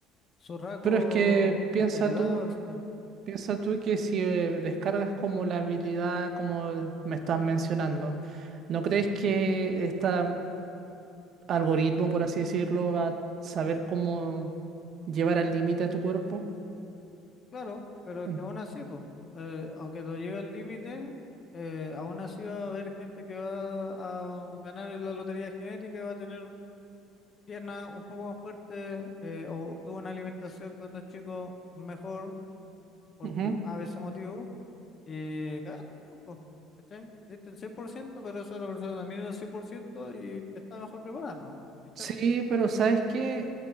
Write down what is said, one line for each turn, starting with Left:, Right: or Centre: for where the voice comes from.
Left: su rasgo
Right: Pero es que piensa
Left: he- heredado,
Right: tú,
Left: etcétera.
Right: piensa tú que si eh, descargas como la habilidad como me estás mencionando, ¿no crees
Left: Ujú.
Right: que este algoritmo, por así decirlo, va a saber cómo llevar al límite a tu cuerpo?
Left: Claro, pero
Right: En-
Left: que aún así, po, eh, aunque lo lleve al límite, eh, aún así va a haber gente que va a ganar en la lotería genética y va a tener piernas un poco más fuertes eh, o tuvo una alimentación cuando chico mejor porque
Right: ujú.
Left: a veces motivo Y cagaste, po, ¿cachai? Diste el 100%, pero esa otra persona también dio el 100% y está mejor preparada, ¿no? Y chao.
Right: Sí, pero ¿sabes qué?